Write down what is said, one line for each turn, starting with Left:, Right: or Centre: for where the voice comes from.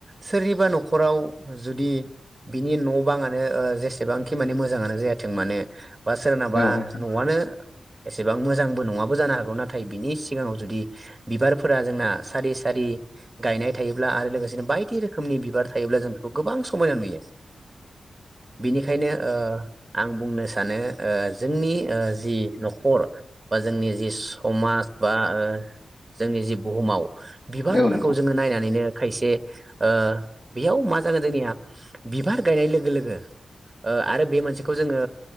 Right: सोरनिबा न'खराव जुदि बिनि न' बाङानो जेसेबांखि माने मोजाङानो जायाथों मानो बा सोरनाबा
Left: औ नोंथां
Right: न'आनो एसेबां मोजांबो नङाबो जानो हागौ ना थाय बिनि सिगाङाव जुदि बिबारफोरा जोंना सारि सारि गायनाय थायोब्ला आरो लोगोसेनो बाय दि रोखोमनि बिबार थायोब्ला जों बेखौ गोबां समायना नुयो। बिनिखायनो ओ आं बुंनो सानो ओ जोंनि ओ जि न'खर बा जोंनि जि बा ओ जोंनि जि बुहुमाव बिबारफोरखौ
Left: औ नोंथां
Right: जोङो नायनानैनो खायसे ओ बेयाव मा जागोन जोंनिया बिबार गायनाय लोगो लोगो ओ आरो बे मोनसेखौ जोङो